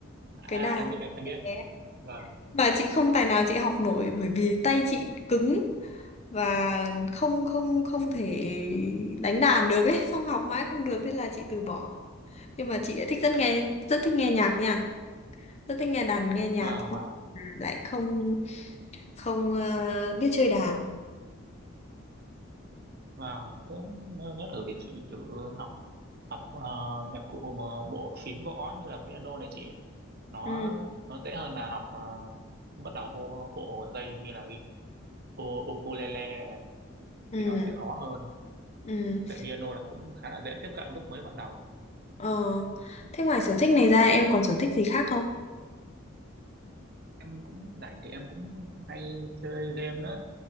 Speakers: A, on the left (about 30°); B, on the right (about 50°).
A: cái
B: à
A: đàn.
B: em biết em, em biết
A: bé
B: vâng
A: mà chị không tài nào chị học nổi bởi vì tay chị cứng và không không không thể đánh đàn được ấy xong học mãi không được thế là chị từ bỏ nhưng mà chị lại thích rất nghe rất thích nghe nhạc nha rất thích nghe đàn nghe nhạc
B: vâng
A: Mà
B: vâng
A: lại không không ờ, biết chơi đàn
B: vâng thế nếu, nếu thử thì chị thử học học ờ, nhạc cụ mà bộ phím gõ như là piano này chị nó
A: ừ
B: nó dễ hơn là học ờ, bắt đầu vô bộ dây như là Ô- ukulele này
A: ừ
B: thì nó sẽ khó hơn
A: ừ
B: tại piano là cũng khá là dễ tiếp cận lúc mới ban đầu
A: ờ thế ngoài sở thích này ra em còn sở thích gì khác không
B: em cũng rảnh thì em cũng hay chơi game nữa